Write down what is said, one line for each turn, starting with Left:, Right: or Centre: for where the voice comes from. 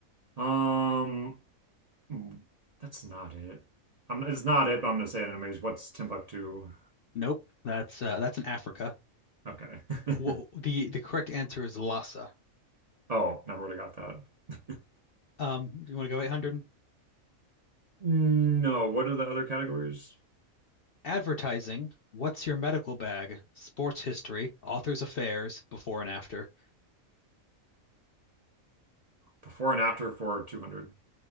Right: Um, mm, that's not it. I'm, it's not it, but I'm gonna say it anyways. What's Timbuktu?
Left: Nope, that's uh, that's in Africa.
Right: Okay. <laughs>
Left: Wha the the correct answer is Lhasa.
Right: Oh, never would have got that.
Left: Um, do you want to go 800?
Right: <laughs> No, what are the other categories?
Left: Advertising, what's your medical bag? Sports history, author's affairs, before and after.
Right: Before and after for 200.